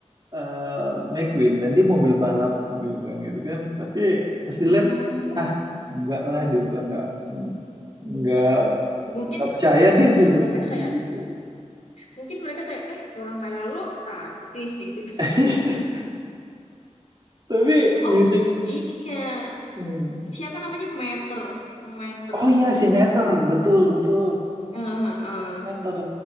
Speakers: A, on the right; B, on the left.
A: eh, McQueen dan dia mobil balap dia bilang gitu kan tapi pasti
B: hmm,
A: lihat ah nggak lah dia bilang nggak nggak
B: mungkin
A: nggak percaya deh dibilang
B: eh, mereka
A: gitu-gitu.
B: kayak mungkin mereka kayak eh orang kayak lo artis sih," gitu
A: <laughs> Tapi
B: oh
A: unik.
B: ini ya
A: Hmm.
B: siapa namanya Meter Meter
A: Oh iya si Meter, betul betul.
B: Eh, eh,
A: Meter.